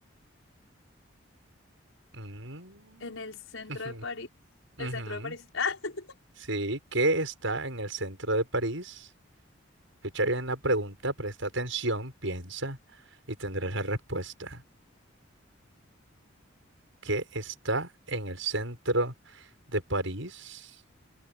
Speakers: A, on the right; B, on the left.
A: Mm,
B: En el centro
A: <laughs> ujú,
B: de París,
A: ujú.
B: el centro de París. <laughs>
A: Sí, ¿qué está en el centro de París? Escucha bien la pregunta, presta atención, piensa y tendrás la respuesta. que está en el centro de París.